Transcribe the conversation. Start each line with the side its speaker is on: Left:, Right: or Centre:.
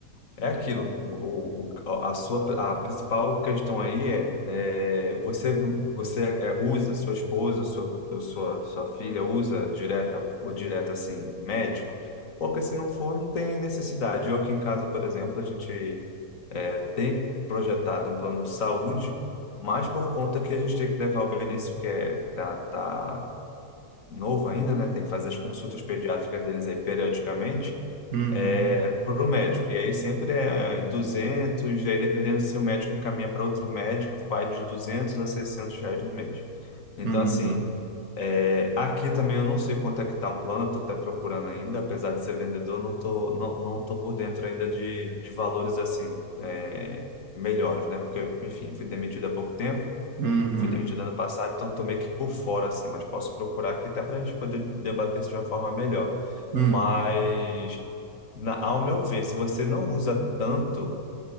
Left: é aquilo, o, o- a sua, a principal questão aí é, é, você, você é, usa sua esposa, sua, sua, sua filha usa direta ou direta, assim, médico? Porque se não for, não tem necessidade. Eu aqui em casa, por exemplo, a gente tem projetado um plano de saúde, mas por conta que a gente tem que levar o Benício, que é, tá, tá novo ainda, né? Tem que fazer as consultas pediátricas deles aí periodicamente,
Right: Uhum,
Left: é, para o médico. E aí sempre é 200, e aí dependendo se o médico encaminha para outro médico, vai de 200 a 600 reais no mês. Então,
Right: uhum,
Left: assim, é, Aqui também eu não sei quanto é que tá o plano, eu tô até procurando ainda, apesar de ser vendedor, não tô, não, não tô por dentro ainda de, de valores assim, é, melhores, né? Porque, enfim, fui demitido há pouco tempo,
Right: uhum,
Left: fui demitido ano passado, então tô meio que por fora, assim, mas posso procurar aqui até para a gente poder debater isso de uma forma melhor.
Right: uhum.
Left: Mas, na, ao meu ver, se você não usa tanto,